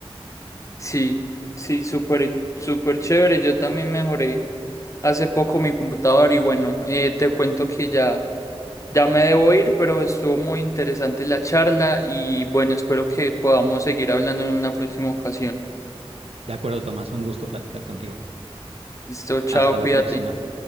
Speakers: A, on the left; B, on the right.
A: Sí, sí, súper, in- súper chévere. Yo también mejoré hace poco mi computador y bueno, eh, te cuento que ya, ya me debo ir, pero estuvo muy interesante la charla y bueno, espero que podamos seguir hablando en una próxima ocasión.
B: De acuerdo, Tomás, un gusto platicar contigo.
A: Listo, chao,
B: Hasta
A: cuídate.
B: la próxima.